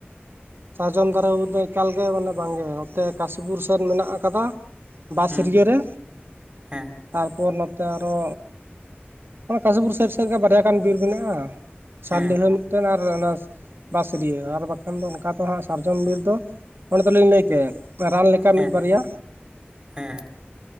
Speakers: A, on the right (about 65°); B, on the right (about 15°).
A: ᱥᱟᱨᱡᱚᱢ ᱫᱟᱨᱮ ᱵᱩᱫᱟᱹ ᱮᱠᱟᱞ ᱜᱮ ᱢᱟᱱᱮ ᱵᱟᱝᱜᱮ ᱱᱚᱛᱮ ᱠᱟᱥᱤᱯᱩᱨ ᱥᱮᱱ ᱢᱮᱱᱟᱜ ᱟᱠᱟᱫᱟ᱾ ᱵᱟᱥ
B: ᱦᱩᱸ
A: ᱨᱤᱭᱚ ᱨᱮ᱾
B: ᱦᱮᱸ
A: ᱛᱟᱨᱯᱚᱨ ᱱᱚᱛᱮ ᱟᱨᱚ ᱚᱱᱟ ᱠᱟᱥᱤᱯᱩᱨ ᱥᱮᱭ ᱥᱮᱫ ᱜᱮ ᱵᱟᱨᱭᱟ ᱜᱟᱱ ᱵᱤᱨ ᱢᱮᱱᱟᱜ-ᱟ᱾ ᱥᱟᱞᱰᱤᱦᱟᱹ
B: ᱦᱮᱸ
A: ᱢᱤᱫᱴᱮᱱ ᱟᱨ ᱚᱱᱟ ᱵᱟ ᱥᱤᱨᱭᱟᱹ ᱟᱨ ᱵᱟᱠᱷᱟᱱ ᱫᱚ ᱚᱱᱠᱟ ᱫᱚ ᱦᱟᱸᱜ ᱥᱟᱨᱡᱚᱢ ᱵᱤᱨ ᱫᱚ ᱚᱱᱟᱮ ᱫᱚᱞᱤᱧ ᱞᱟᱹᱭ ᱠᱮᱫ ᱨᱟᱱ ᱞᱮᱠᱟ ᱥᱮ
B: ᱦᱮᱸ
A: ᱢᱤᱫ ᱵᱟᱨᱭᱟ
B: ᱦᱮᱸ